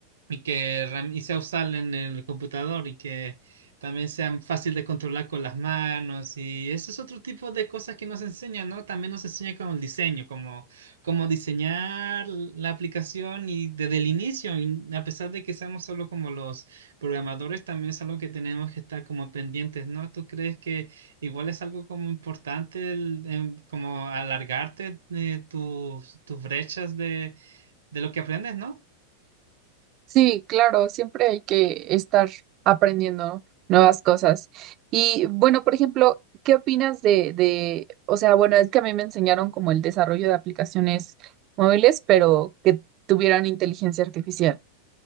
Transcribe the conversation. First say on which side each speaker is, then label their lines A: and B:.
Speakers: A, on the right; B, on the right.
A: y que ram- y sea usable en el computador y que también sea fácil de controlar con las manos y eso es otro tipo de cosas que nos enseñan, ¿no? También nos enseña con el diseño, como cómo diseñar la aplicación y desde el inicio, y a pesar de que seamos solo como los programadores, también es algo que tenemos que estar como pendientes, ¿no? ¿Tú crees que igual es algo como importante el- em, como alargarte eh, tus, tus brechas de, de lo que aprendes, ¿no?
B: Sí, claro, siempre hay que estar aprendiendo nuevas cosas. Y bueno, por ejemplo, ¿qué opinas de, de, o sea, bueno, es que a mí me enseñaron como el desarrollo de aplicaciones móviles, pero que tuvieran inteligencia artificial?